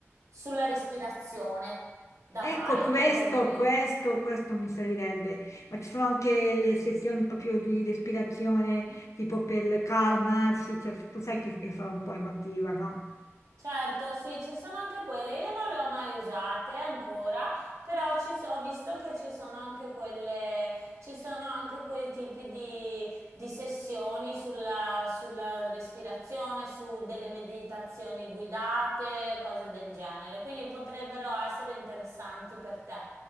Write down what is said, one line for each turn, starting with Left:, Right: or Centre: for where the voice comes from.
Right: sulla respirazione da
Left: Ecco,
Right: fare
Left: questo,
Right: in quel momento.
Left: questo, questo mi servirebbe, ma ci sono anche le sessioni proprio di respirazione, tipo per calmarsi, cioè, tu sai che io sono un po' emotiva, no?
Right: Certo, sì, ci sono anche quelle. Io non le ho mai usate ancora, però ci so- ho visto che ci sono anche quelle, ci sono anche quei tipi di, di sessioni sulla, sulla respirazione, su delle meditazioni guidate, cose del genere. Quindi potrebbero essere interessanti per te.